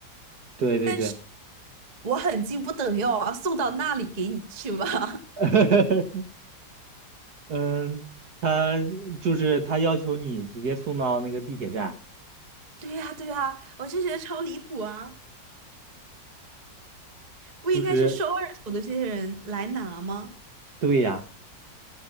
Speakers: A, on the right; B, on the right.
A: 对对对，
B: 但是我很近，不等于我要送到那里给你去吧？
A: <laughs>
B: <laughs>
A: 嗯，他就是他要求你直接送到那个地铁站，
B: 对呀，对呀，我就觉得超离谱啊！不应该是收二手的这些人来拿吗？
A: 就是对呀，